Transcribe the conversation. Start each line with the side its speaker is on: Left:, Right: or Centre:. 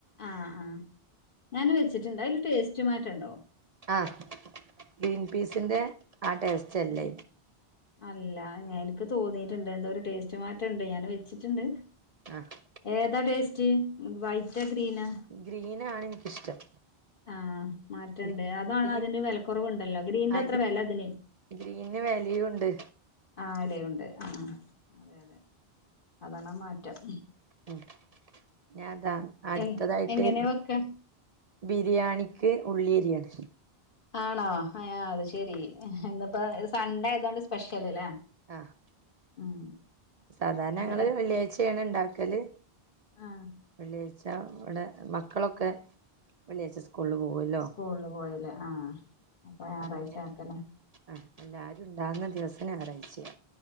Left: ആഹ് ആഹ് ഞാനും വെച്ചിട്ടുണ്ട് അയ്ല് ടേസ്റ്റ് മാറ്റണ്ടോ
Right: ആഹ് ഗ്രീൻ പീസിന്റെ ആഹ് ടേസ്റ്റ് അല്ലയ്
Left: ഉം അല്ല എനിക്ക് തോന്നീയിട്ടുണ്ട് എന്താ ഒരു ടേസ്റ്റ് മാറ്റംണ്ട് ഞാൻ വെച്ചിട്ടുണ്ട്
Right: ആഹ്
Left: ഏതാ ടേസ്റ്റ് വൈറ്റാ ക്രീനാ
Right: ഗ്രീനാണ് എനിക്കിഷ്ടം
Left: ആഹ് മാറ്റണ്ട്
Right: ഗ്രീൻ
Left: അതാണ് അതിന്റെ വിലക്കുറവുണ്ടല്ലോ ഗ്രീൻന്റെ
Right: ആ
Left: അത്ര വില അതി
Right: ഗ്രീന് വലിയും ഉണ്ട്
Left: ആലയുണ്ട് ആഹ് അതെ അതെ അതണ മാറ്റം
Right: ഉം ഞാൻതാ അടുത്തതായിട്ട്
Left: എ എങ്ങനെ വെക്ക
Right: ബിരിയാണിക്ക് ഉള്ളിരിയാണ്
Left: ആണോ ആഹ് അത് ശെരി ഇന്നപ്പോ സൺഡേ ഏതോണ്ട് സ്പെഷ്യൽ അല്ലേ
Right: ആഹ്
Left: ഉം.
Right: സാധാരണ
Left: അത്
Right: ഞങ്ങള് വെള്ളിയാഴ്ചയാണ് ഇണ്ടാക്കല്.
Left: ആഹ്
Right: വെള്ളിയാഴ്ച്ച ഇവടെ മക്കളൊക്കെ വെള്ളിയാഴ്ച്ച സ്കൂളില് പോകല്ലോ
Left: സ്കൂള്‌ല് പോയല്ലേ ആഹ് അപ്പൊ ഞായറാഴ്ച
Right: അപ്പൊഴും എഹ്
Left: ആക്കല്ലേ
Right: ആഹ് എല്ലാരും ണ് ണ്ടാവുന്ന ദിവസം ഞായറാഴ്ചയാ.